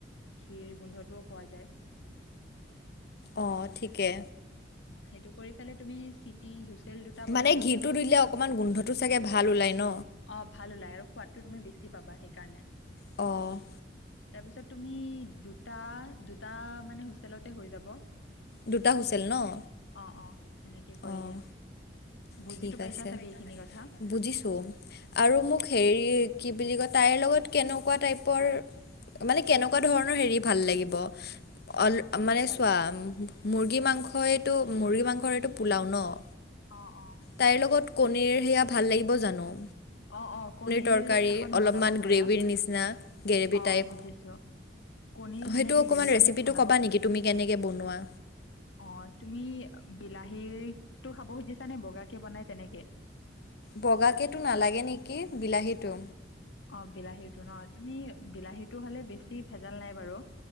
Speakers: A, on the left; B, on the left.
A: ঘিৰ গোন্ধটোও পোৱা যায়।
B: অ' ঠিকে।
A: অ' সেইটো কৰি পেলাই তুমি চি হিউচেল দুটা বজাই
B: মানে
A: দিলে
B: ঘিটো
A: হৈ যাব কুকাৰৰ।
B: অকণমান গোন্ধটো চাগে ভাল ওলায় ন
A: অ' ভাল ওলাই আৰু সোৱাদটো তুমি বেছি পাবা সেইকাৰণে।
B: অ'।
A: তাৰপিছত তুমি দুটা-দুটা মানে হুইচেলটে হৈ যাব।
B: দুটা
A: সেনেকে
B: হুইচেল ন'?
A: অ' অ', সেনেকে কৰিলে
B: অঁ
A: বুজিটো
B: ঠিক
A: পাইছা
B: আছে
A: চাগে এইখিনি কথা?
B: বুজিছোঁ! আৰু মোক হেৰি কি বুলি কয় তাইৰ লগত কেনেকুৱা টাইপৰ মানে কেনেকুৱা ধৰণৰ হেৰি ভাল লাগিব? অল মানে
A: তৰকাৰী
B: চোৱা মুৰ্গী মাংসইটো মুৰ্গী মাংসৰেটো পোলাও ন'?
A: অ' অ'।
B: তাইৰ লগত কণীৰ সেয়া ভাল লাগিব জানো'?
A: অ' অ', কণীৰ
B: তৰকাৰী
A: এখন
B: অলপমান
A: বনাব
B: গ্ৰেভিৰ
A: পাৰা। অ'
B: নিচিনা গ্ৰেভি টাইপ
A: অ', বুজিছোঁ! কণীৰ
B: সেইটো
A: সেনেকে
B: অকণমান
A: গেৰেভি
B: ৰেচিপিটো
A: টাইপ বনাব
B: ক'বা নেকি
A: পাৰা।
B: তুমি কেনেকৈ বনোৱা
A: অ' তুমি বিলাহী টো খাব খুজিছা নে? বগাকে বনাই তেনেকে?
B: বগাকেটো নালাগে নেকি, বিলাহীটো।
A: অ' বিলাহীটো ন', তুমি বিলাহীটো হলে বেছি ভেজাল নাই বাৰু।